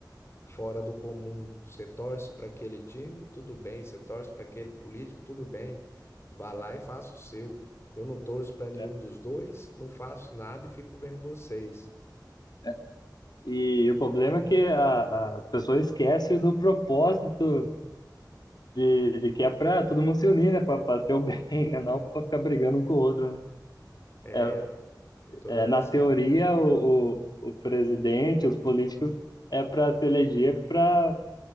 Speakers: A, on the left; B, on the left.
A: fora do comum. Você torce para aquele time, tudo bem. Você torce para aquele político, tudo bem. Vá lá e faça o seu. Eu não torço para nenhum
B: né,
A: dos dois, não faço nada e fico vendo vocês.
B: né. E o problema é que a- a- as pessoas esquecem do propósito de, de que é para todo mundo se unir, né? Para ser o bem, <laughs> né? Não para ficar brigando um com o outro, né?
A: É,
B: É,
A: Toda
B: é,
A: vez
B: na teoria,
A: que.
B: o, o, o presidente, os políticos, é para se eleger para